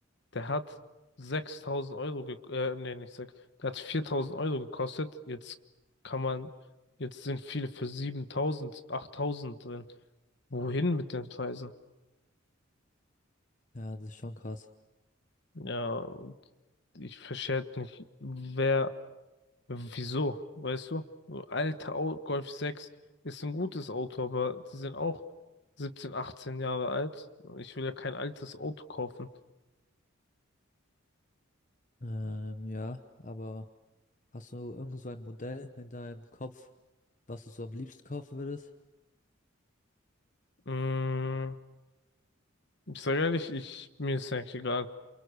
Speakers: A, on the left; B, on the left.
A: Der hat 6000 Euro, ge äh, nee, nicht 6, der hat 4000 Euro gekostet. Jetzt kann man, jetzt sind viele für 7000 8000 drin. Wohin mit den Preisen?
B: Ja, das ist schon krass.
A: Ja, und ich verstehe halt nicht, wer, wieso, weißt du? So Alter, Au- Golf 6 ist ein gutes Auto, aber die sind auch 17 18 Jahre alt. Ich will ja kein altes Auto kaufen.
B: Ähm, ja, aber hast du irgend so ein Modell in deinem Kopf, was du so am liebsten kaufen würdest?
A: Mm, ich sage ehrlich, ich, mir ist ja eigentlich egal.